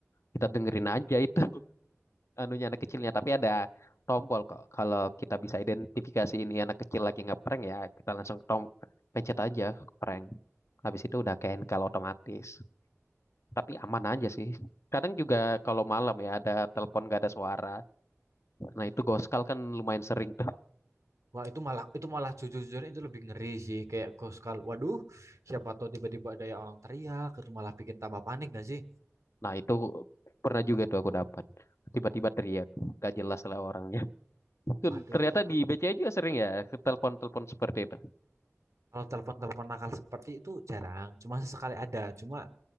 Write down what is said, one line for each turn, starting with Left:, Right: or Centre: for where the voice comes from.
Left: Kita dengerin aja itu <laughs> anunya anak kecilnya. Tapi ada tombol kok. Kalau kita bisa identifikasi ini anak kecil lagi ngeprank ya, kita langsung tom pencet aja prank. Habis itu udah ke enkal otomatis. Tapi aman aja sih. Kadang juga kalau malam ya ada telepon gak ada suara. Nah itu goskal kan lumayan sering tuh.
Right: wah itu malah itu malah jujur-jujurnya itu lebih ngeri sih kayak ghost call. Waduh, siapa tahu tiba-tiba ada yang orang teriak itu malah bikin tambah panik gak sih?
Left: Nah, itu pernah juga tuh aku dapat. Tiba-tiba teriak, gak jelas lah orangnya. <laughs>
Right: Waduh,
Left: Ternyata di BCA juga sering ya, telepon-telepon seperti itu.
Right: kalau telepon-telepon nakal seperti itu jarang, cuma sesekali ada. Cuma